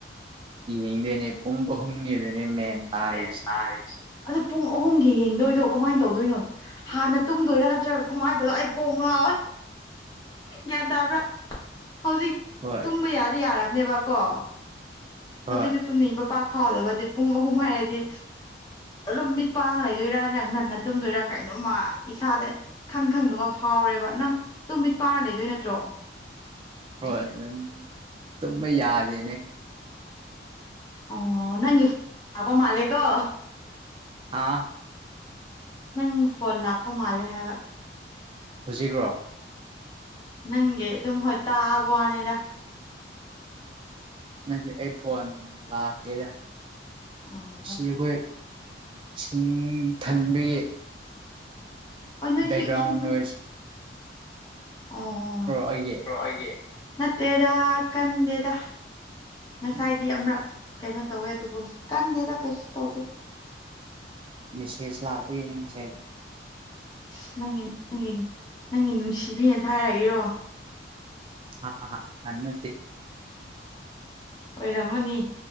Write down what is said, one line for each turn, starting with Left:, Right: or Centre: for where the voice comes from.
Right: ꯌꯦꯡꯗꯣꯏꯅꯦ ꯄꯨꯡ ꯑꯍꯨꯝꯒꯤꯗꯅꯦ ꯃꯦꯟ ꯇꯥꯔꯤꯁꯦ
Left: ꯃꯦꯟ ꯇꯥꯔꯤꯁꯦ ꯑꯗꯨ ꯄꯨꯡ ꯑꯍꯨꯝꯒꯤ ꯌꯦꯡꯗꯣꯏꯗꯣ ꯀꯃꯥꯏꯅ ꯇꯧꯗꯣꯏꯅꯣ ꯍꯥꯟꯅ ꯇꯨꯝꯗꯣꯏꯔꯥ ꯅꯠꯇ꯭ꯔꯒ ꯀꯃꯥꯏꯅ ꯇꯧꯗ ꯑꯩ ꯀꯉ ꯒꯦꯟꯗꯕ꯭ꯔꯥ ꯍꯧꯖꯤꯛ
Right: ꯍꯣꯏ
Left: ꯇꯨꯝꯕ ꯌꯥꯗꯤ ꯌꯥꯔꯕꯅꯦꯕꯀꯣ
Right: ꯍꯣꯏ
Left: ꯍꯧꯖꯤꯛꯇꯤ ꯇꯨꯝꯅꯤꯡꯕ ꯄꯥꯛ ꯐꯥꯎꯗꯕꯗꯤ ꯄꯨꯡ ꯑꯍꯨꯝ ꯍꯥꯏꯔꯗꯤ ꯑꯗꯨꯝ ꯃꯤꯠ ꯄꯥꯡ ꯂꯩꯗꯣꯏꯔꯥ ꯅꯪ ꯉꯟꯅ ꯇꯨꯝꯗꯣꯏꯔꯥ ꯀꯩꯅꯣꯝꯃ ꯏꯁꯥꯗ ꯈꯪ ꯈꯪꯗꯃ ꯐꯥꯎ ꯔꯦꯕ ꯅꯪ ꯑꯗꯨ ꯃꯤꯠ ꯄꯥꯅ ꯂꯩꯗꯣꯏ ꯅꯠꯇ꯭ꯔꯣ
Right: ꯍꯣꯏ ꯌꯥꯝ ꯇꯃ ꯌꯥꯗꯦ
Left: ꯑꯣ ꯅꯪꯦꯄ ꯃꯥꯂꯦꯀꯣ
Right: ꯑꯥ
Left: ꯅꯪ ꯐꯣꯟ ꯂꯥꯛꯄ ꯃꯥꯜꯂꯦ ꯍꯥꯏꯕ
Right: ꯍꯧꯖꯤꯛ꯭ꯔꯣ
Left: ꯅꯪꯒꯤ ꯑꯗꯨꯝ ꯍꯣꯏ ꯇꯥꯕ ꯋꯥꯅꯤꯗ
Right: ꯅꯗꯤ ꯑꯩ ꯐꯣꯟ ꯂꯥꯛꯀꯦꯗ
Left: ꯑꯣ
Right: ꯁꯤ ꯑꯩꯈꯣꯏ ꯨꯝ ꯊꯟꯕꯤ
Left: ꯍꯣꯏ ꯅꯣꯏꯁꯨ
Right: ꯕꯦꯛꯒ꯭ꯔꯥꯎꯟ
Left: ꯏꯁꯤꯡ
Right: ꯅꯣꯏ
Left: ꯑꯣ
Right: ꯑꯩꯒꯤ
Left: ꯑꯣ ꯑꯩꯦ ꯅꯠꯇꯦꯗ ꯀꯟꯗꯦꯗ ꯉꯁꯥꯏꯗꯤ
Right: ꯎꯝ
Left: ꯑꯃꯔꯛ ꯀꯩꯅꯣ ꯇꯧꯋꯦ ꯑꯗꯨꯕꯨ ꯍꯧꯖꯤꯛ ꯀꯟꯗꯦꯗ ꯀꯩꯁꯨ ꯇꯧꯗꯦ
Right: ꯃꯦꯁꯦꯖ ꯂꯥꯛꯄ ꯌꯦꯡꯁꯦ
Left: ꯑ ꯅꯪꯒꯤ ꯅꯪꯒꯤ ꯅꯪꯒꯤ ꯅꯨꯡꯁꯤꯕꯤꯅ ꯊꯥꯔꯛꯏꯔꯣ
Right: ꯑ ꯑꯠꯇ
Left: ꯑꯣꯏꯔꯝꯃꯅꯤ